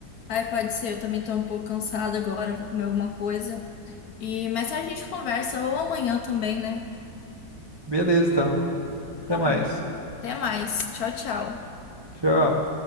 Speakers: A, on the left; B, on the right.
A: Ai, pode ser, eu também tô um pouco cansada agora, vou comer alguma coisa. E mais tarde a gente conversa, ou amanhã também, né?
B: Beleza, então. Até
A: Tá
B: mais.
A: bom. Até mais. Tchau, tchau.
B: Tchau.